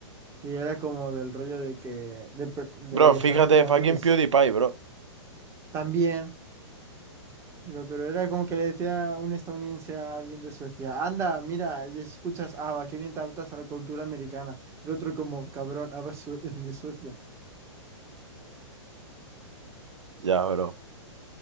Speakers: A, on the right; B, on the right.
A: Y era como del rollo de que le, pre- le
B: Bro,
A: dijeron
B: fíjate,
A: como a
B: fucking
A: alguien de s-
B: PewDiePie, bro.
A: también, pero, pero era como que le decía un estadounidense a alguien de Suecia, anda, mira, y escuchas ABBA, qué bien te adaptas a la cultura americana. El otro como, cabrón, ABBA es sue- es de Suecia.
B: Ya, bro.